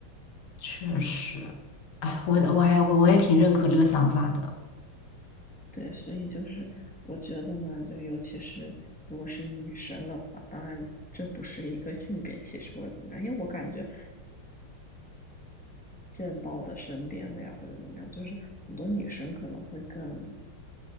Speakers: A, on the left; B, in the centre.
A: 确实，哎，我我还我我也挺认可这个想法的，
B: 对，所以就是我觉得呢，就尤其是如果是女生的话，当然这不是一个性别歧视或者怎么样，因为我感觉见到的身边的呀或者怎么样，就是很多女生可能会更